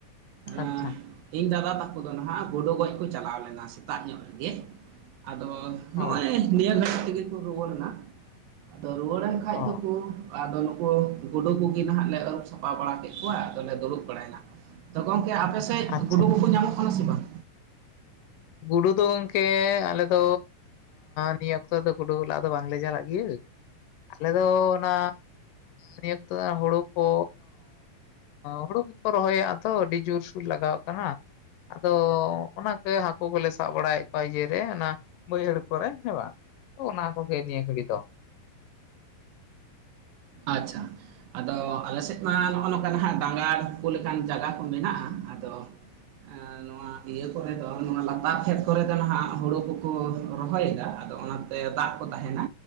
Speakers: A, on the right; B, on the left.
A: ᱮᱸ
B: ᱟᱪᱪᱷᱟ᱾
A: ᱤᱧ ᱫᱟᱫᱟ ᱛᱟᱠᱚ ᱫᱚ ᱱᱟᱦᱟᱜ ᱜᱩᱰ ᱜᱚᱡ ᱠᱚ ᱪᱟᱞᱟᱣ ᱞᱮᱱᱟ ᱥᱮᱛᱟᱜ ᱧᱚᱜ ᱨᱮᱜᱮ ᱟᱫᱚ ᱱᱚᱜᱚᱭ
B: ᱚ
A: ᱱᱤᱭᱟᱹ ᱜᱷᱟᱟᱹᱲᱤᱡ ᱛᱮᱜᱮ ᱠᱚ ᱨᱩᱣᱟᱹᱲᱮ ᱮᱱᱟ ᱟᱫᱚ ᱨᱩᱣᱟᱹᱲ ᱮᱱ ᱠᱷᱟᱡ
B: ᱚ
A: ᱫᱚᱠᱚ ᱟᱫᱚ ᱱᱩᱠᱩ ᱜᱩᱰᱩ ᱠᱚᱜᱮ ᱱᱟᱦᱟᱜ ᱞᱮ ᱟᱹᱨᱩᱵ ᱥᱟᱯᱷᱟᱹ ᱵᱟᱲᱟ ᱠᱮᱫ ᱠᱚᱣᱟ ᱟᱫᱚ ᱞᱮ ᱫᱩᱲᱩᱵ ᱵᱟᱲᱟᱭ ᱮᱱᱟ᱾ ᱟᱫᱚ ᱜᱚᱢᱠᱮ ᱟᱯᱮᱥᱮᱫ
B: ᱟᱪᱪᱷᱟ
A: ᱜᱩᱰᱩ ᱠᱳᱠᱚ ᱧᱟᱢᱚᱜ ᱠᱟᱱᱟ ᱥᱮ ᱵᱟᱝ?
B: ᱜᱩᱰᱩ ᱫᱚ ᱜᱚᱢᱠᱮ ᱟᱞᱮ ᱫᱚ ᱱᱤᱭᱟᱹ ᱚᱠᱛᱚ ᱫᱚ ᱜᱩᱰᱩ ᱞᱟ ᱫᱚ ᱵᱟᱝᱞᱮ ᱪᱟᱞᱟᱜ ᱜᱮᱭᱟ ᱟᱞᱮ ᱫᱚ ᱚᱱᱟ ᱱᱤᱭᱟᱹᱛ ᱦᱩᱲᱩ ᱠᱚ ᱦᱩᱲᱩ ᱠᱚᱠᱚ ᱨᱚᱦᱚᱭᱟ ᱛᱚ ᱟᱹᱰᱤ ᱡᱳᱨᱥᱳᱨ ᱞᱟᱜᱟᱣᱟᱜ ᱠᱟᱱᱟ᱾ ᱟᱫᱚ ᱚᱱᱟᱠ ᱦᱟᱹᱠᱩ ᱠᱚᱞᱮ ᱥᱟᱵ ᱵᱟᱲᱟᱭᱮᱫ ᱠᱚᱣᱟ ᱤᱭᱟᱹᱨᱮ ᱚᱱᱟ ᱵᱟᱹᱭᱦᱟᱹᱲ ᱠᱚᱨᱮ ᱦᱮᱸ ᱵᱟᱝ ᱚᱱᱟ ᱠᱚᱜᱮ ᱱᱤᱭᱟᱹ ᱜᱷᱟᱹᱲᱤᱡ ᱫᱚ᱾
A: ᱟᱪᱷᱟ᱾ ᱟᱫᱚ ᱟᱞᱮᱥᱮᱫ ᱢᱟ ᱱᱚᱜᱼᱚ ᱱᱚᱝᱠᱟ ᱱᱟᱟᱜ ᱰᱟᱸᱜᱟᱲ ᱠᱚ ᱞᱮᱠᱟᱱ ᱡᱟᱭᱜᱟ ᱠᱚ ᱢᱮᱱᱟᱜᱼᱟ ᱟᱫᱚ
B: <inaudible>
A: ᱮᱸ ᱱᱚᱣᱟ ᱤᱭᱟᱹ ᱠᱚᱨᱮ ᱫᱚ ᱱᱚᱣᱟ ᱞᱟᱛᱟᱨ ᱠᱷᱮᱛ ᱠᱚᱨᱮ ᱫᱚ ᱱᱟᱦᱟᱜ ᱦᱳᱲᱳ ᱠᱚᱠᱚ ᱨᱚᱦᱚᱭᱮᱫᱟ ᱟᱫᱚ ᱚᱱᱟ ᱛᱮ ᱫᱟᱜ ᱠᱚ ᱛᱟᱦᱮᱱᱟ